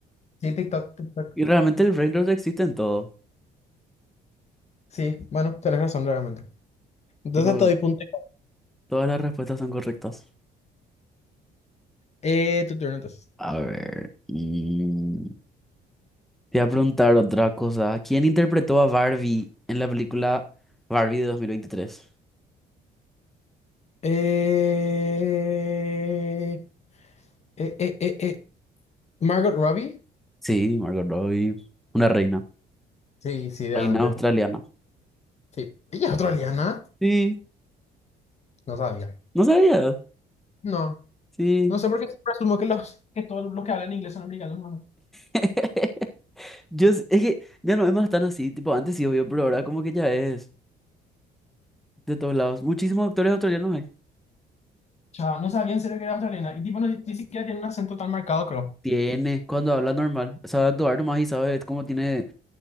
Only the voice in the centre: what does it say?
Y realmente el brain rot existe en todo.
Tipo,
todas las respuestas son correctas.
A ver, y... Te voy a preguntar otra cosa. ¿Quién interpretó a Barbie en la película Barbie de 2023?
Sí, Margot Robbie. Una reina.
Reina australiana.
Sí,
no sabía.
Sí.
<laughs> Yo, s- es que ya no es más tan así. Tipo, antes sí, obvio, pero ahora como que ya es de todos lados. Muchísimos actores australianos hay.
Tiene, cuando habla normal, sabe actuar nomás y sabe cómo tiene